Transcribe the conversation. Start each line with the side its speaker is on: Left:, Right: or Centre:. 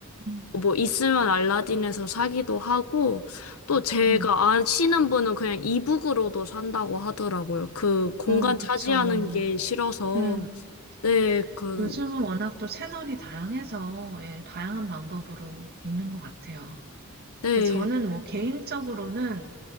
Right: 음,
Left: 뭐 있으면 알라딘에서 사기도 하고 또 제가
Right: 음,
Left: 아시는 분은 그냥 이북으로도 산다고 하더라고요. 그 공간
Right: 어, 그쵸.
Left: 차지하는 게 싫어서
Right: 음,
Left: 네, 그
Right: 요즘은 워낙 또 채널이 다양해서 예, 다양한 방법으로 읽는 것 같아요.
Left: 네.
Right: 근데 저는 뭐 음, 개인적으로는